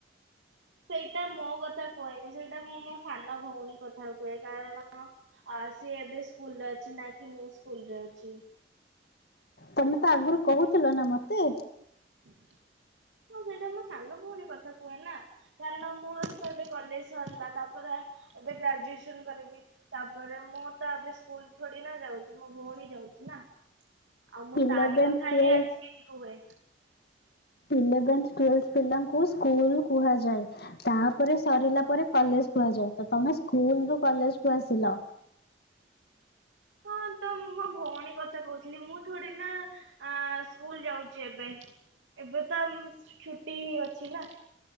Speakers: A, on the right (about 90°); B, on the left (about 60°).
A: ସେଇଟା ମୋ କଥା କୁହେନି ସେଇଟା ମୁଁ ମୋ ସାନ ଭଉଣୀ କଥା କୁହେ, କାରଣ ଆ ସିଏ ଏବେ ସ୍କୁଲରେ ଅଛି ନା କି ମୁଁ ସ୍କୁଲ ରେ ଅଛି।
B: ତମେ ତ ଆଗରୁ କହୁଥିଲ ନା ମତେ।
A: ହୁଁ ହଁ, ସେଇଟା ମୋ ସାନ ଭଉଣୀ କଥା କୁହେ ନା, କାରଣ ମୋର ତ ଏବେ କଲେଜ ସରିଲା। ତାପରେ ଏବେ ଗ୍ରାଜୁଏସନ କରିବି। ତାପରେ ମୁଁ ତ ଏବେ ସ୍କୁଲ ଥୋଡି ନା ଯାଉଛି। ମୋ ଭଉଣୀ ଯାଉଛି ନା, ଆଉ ମୁଁ
B: ଇଲେଭେନ୍ଥ
A: ତାରି କଥା
B: ଟୁଏଲ୍ଭ
A: ହିଁ ଆସିକି କୁହେ।
B: ଇଲେଭେନ୍ଥ, ଟୁଏଲେଭ୍ ପିଲାଙ୍କୁ ସ୍କୁଲ କୁହାଯାଏ। ତାପରେ ସରିଲା ପରେ କଲେଜ କୁହାଯାଏ। ତ ତମେ ସ୍କୁଲ ରୁ କଲେଜ କୁ ଆସିଲ।
A: ହଁ, ତ ମୁଁ ମୁଁ ମୋ ଭଉଣୀ କଥା କହୁଥିଲି, ମୁଁ ଥୋଡି ନା ସ୍କୁଲ ଯାଉଛି ଏବେ। ଏବେ ତ ଛୁଟି ଅଛି ନା,